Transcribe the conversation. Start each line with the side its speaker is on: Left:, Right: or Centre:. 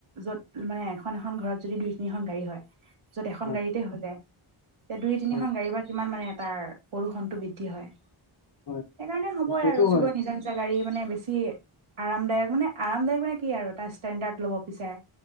Right: য'ত মানে। এখন এখন ঘৰত যদি দুই তিনি এখন গাড়ী হয়। য'ত এখন
Left: হয়
Right: গাড়ীতে হৈ যায়। তে দুই তিনিখন
Left: হয়
Right: গাড়ীৰ পৰা কিমান মানে তাৰ প্ৰদূষণ বৃদ্ধি হয়।
Left: হয়
Right: সেইকাৰণে হ'বই
Left: সেইটো
Right: আৰু চবৰে
Left: হয়
Right: নিজা নিজা গাড়ী মানে বেছি আৰামদায়ক মানে আৰামদায়ক মানে কি আৰু এটা ষ্টেণ্ডাৰ্ড ল'ব বিচাৰে।